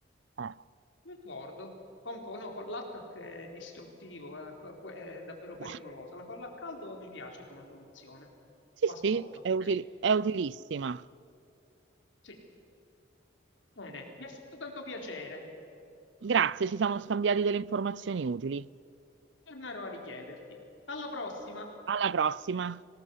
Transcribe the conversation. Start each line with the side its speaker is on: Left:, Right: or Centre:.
Right: Eh,
Left: Ricordo, con, con, no, con l'attack è distruttivo, eh, pu- pu- è davvero pericolosa.
Right: beh,
Left: La colla a caldo mi piace come soluzione.
Right: Sì,
Left: La sposo.
Right: sì, è utili-
Left: Sì,
Right: è utilissima.
Left: sì. Bene, mi ha fatto tanto piacere.
Right: Grazie, ci siamo scambiati delle informazioni utili.
Left: Tornerò a richiederti. Alla prossima!
Right: Alla prossima.